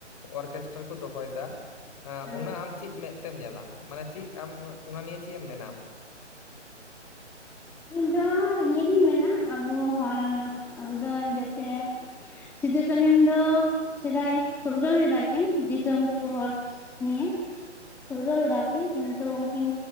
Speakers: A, on the left (about 30°); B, in the centre.
A: ᱚᱨᱠᱮᱥᱴᱨᱟ ᱠᱚ ᱫᱚᱦᱚᱭ ᱫᱟ
B: ᱦᱮᱸ
A: ᱚᱱᱟ ᱟᱢ ᱪᱮᱫ ᱢᱮᱫ ᱛᱮᱢ ᱧᱮᱞᱟ? ᱢᱟᱱᱮ ᱪᱮᱫ ᱟᱢ ᱚᱱᱟ ᱱᱤᱭᱮ ᱪᱮᱫ ᱮᱢ ᱢᱮᱱᱟ ᱟᱢ?
B: ᱤᱧ ᱫᱚ ᱱᱤᱭᱟᱹᱜᱤᱧ ᱢᱮᱱᱟ ᱟᱵᱚ ᱦᱚᱲ ᱟᱵᱚ ᱫᱚ ᱡᱟᱛᱮ ᱥᱤᱫᱩ ᱠᱟᱱᱩ ᱫᱚ ᱥᱮᱫᱟᱭ ᱯᱷᱩᱨᱜᱟᱹᱞ ᱞᱮᱫᱟ ᱠᱤᱱ ᱫᱤᱥᱚᱢ ᱠᱚ ᱦᱚᱲ <unintelligible> ᱯᱷᱩᱨᱜᱟᱹᱞ ᱞᱮᱫᱟ ᱠᱤᱱ ᱠᱤᱱᱛᱩ ᱩᱱᱠᱤᱱ